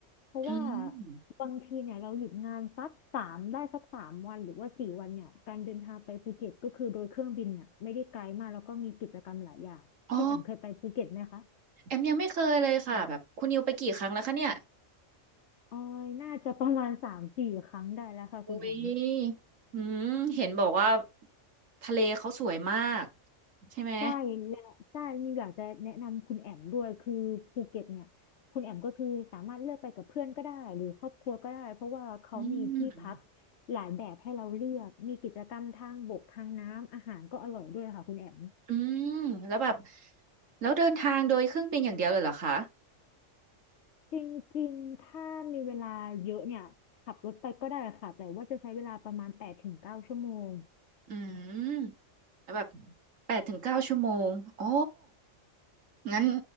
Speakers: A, on the left (about 65°); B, on the right (about 85°).
A: เพราะว่า
B: อืม
A: บางทีเนี่ยเราหยุดงานสักสามได้สักสามวันหรือว่าสี่วันเนี่ยการเดินทางไปภูเก็ตก็คือโดยเครื่องบินน่ะไม่ได้ไกลมากแล้วก็มีกิจกรรมหลายอย่างคุณแอมเคยไปภูเก็ตไหมคะ
B: อ๋อแอมยังไม่เคยเลยค่ะแบบคุณนิวไปกี่ครั้งแล้วคะเนี่ย
A: ออยน่าจะประมาณสามสี่ครั้งได้แล้วค่ะคุณแอม
B: อุ้ยอืมเห็นบอกว่าทะเลเขาสวยมากใช่ไหม
A: ใช่และใช่นี่อยากจะแนะนำคุณแอมด้วยคือภูเก็ตเนี่ยคุณแอมก็คือสามารถเลือกไปกับเพื่อนก็ได้หรือครอบครัวก็ได้เพราะว่าเขามีที่พัก
B: อืม
A: หลายแบบให้เราเลือกมีกิจกรรมทางบกทางน้ำอาหารก็อร่อยด้วยค่ะคุณแอม
B: อืมแล้วแบบแล้วเดินทางโดยเครื่องบินอย่างเดียวเลยเหรอคะ
A: จริงๆถ้ามีเวลาเยอะเนี่ยขับรถไปก็ได้ค่ะแต่ว่าจะใช้เวลาประมาณแปดถึงเก้าชั่วโมง
B: อืม แล้วแบบแปดถึงเก้าชั่วโมง โอ้ งั้น